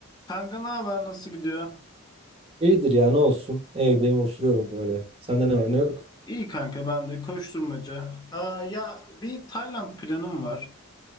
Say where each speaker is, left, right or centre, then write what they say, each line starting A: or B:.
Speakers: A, on the left; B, on the right.
A: Kanka ne haber nasıl gidiyor?
B: İyidir ya ne olsun. Evdeyim oturuyorum öyle. Sende ne var ne yok?
A: İyi kanka ben de koşturmaca. Aa, ya bir Tayland planım var.